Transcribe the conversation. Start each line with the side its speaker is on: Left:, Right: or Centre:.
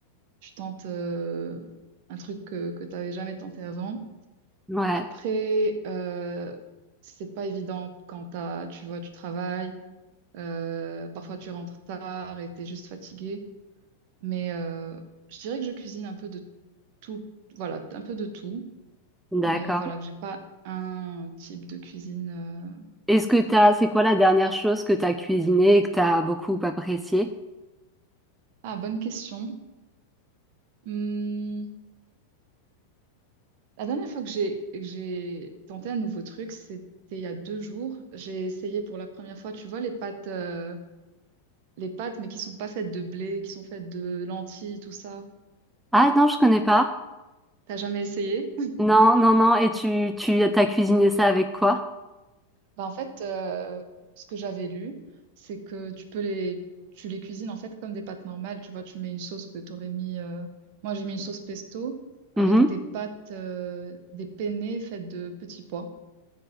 Right: tu tentes euh, un truc que, que tu jamais tenté avant.
Centre: Ouais,
Right: Après, euh, c'est pas évident quand t'as, tu vois, tu travailles. euh, parfois, tu rentres tard et t'es juste fatigué. Mais euh, je dirais que je cuisine un peu de tout, voilà, un peu de tout.
Centre: d'accord.
Right: Mais voilà, que j'ai pas un type de cuisine. euh.
Centre: Est-ce que t'as, c'est quoi la dernière chose que t'as cuisinée et que t'as beaucoup appréciée?
Right: Ah, bonne question. Hmm, La dernière fois que j'ai que j'ai tenté un nouveau truc, c'était il y a deux jours. J'ai essayé pour la première fois, tu vois, les pâtes, euh, les pâtes, mais qui sont pas faites de blé, qui sont faites de lentilles, tout ça.
Centre: Ah non, je connais pas.
Right: T'as jamais essayé?
Centre: Non, non, non. Et tu, tu, t'as cuisiné ça avec quoi?
Right: Bah, en fait, euh, ce que j'avais lu, c'est que tu peux les, tu les cuisines en fait comme des pâtes normales. Tu vois, tu mets une sauce que tu aurais mis. euh, Moi, j'ai mis une sauce pesto avec
Centre: Mhm.
Right: des pâtes, euh, des penne faites de petits pois.